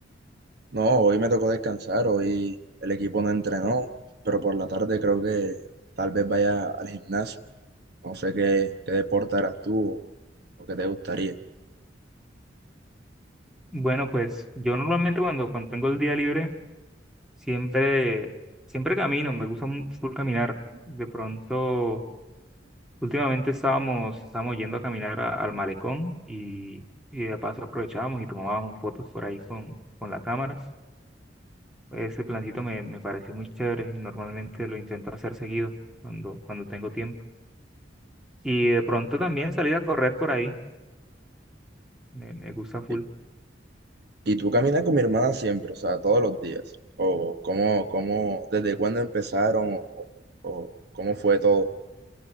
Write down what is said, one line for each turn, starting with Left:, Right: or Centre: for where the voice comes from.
Right: No, hoy me tocó descansar, hoy el equipo no entrenó, pero por la tarde creo que tal vez vaya al gimnasio. No sé qué, qué deporte harás tú o, o qué te gustaría.
Centre: Bueno, pues yo normalmente cuando, cuando tengo el día libre, siempre, siempre camino. Me gusta mu- full caminar. De pronto. Últimamente estábamos, estábamos yendo a caminar a- al malecón y, y de paso aprovechábamos y tomábamos fotos por ahí con, con la cámara. Ese plancito me, me pareció muy chévere y normalmente lo intento hacer seguido cuando, cuando tengo tiempo. Y de pronto también salir a correr por ahí, me, me gusta full.
Right: ¿Y y tú caminas con mi hermana siempre, o sea, todos los días? ¿O cómo, cómo, desde cuándo empezaron o, o- o cómo fue todo?